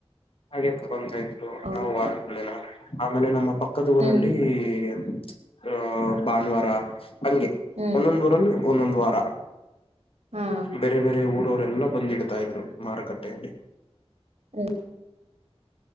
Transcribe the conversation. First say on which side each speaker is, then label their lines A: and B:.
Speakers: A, on the left (about 60°); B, on the right (about 90°).
A: ಹಾಗೆ ತಗೊಂತಾಯ್ತು
B: ಹೌದು
A: ನಾವು ವಾರ ಕೊಳಿಲ್ಲ ಆಮೇಲೆ ನಮ್ಮ ಪಕ್ಕ ಪಕ್ಕೂದೂರಲ್ಲಿ
B: ಹ್ಮ್
A: ಅ ಭಾನುವಾರ ಹಂಗೆ
B: ಹ್ಮ್
A: ಒಂದೊಂದು ಊರಲ್ಲಿ ಒಂದೊಂದು ವಾರ
B: ಹಾ
A: ಬೇರೆ ಬೇರೆ ಊರವರೆಲ್ಲ ಬಂದಿಡ ತಾ ಇದ್ರು ಮಾರುಕಟ್ಟೆಯಲ್ಲಿ
B: ಹ್ಮ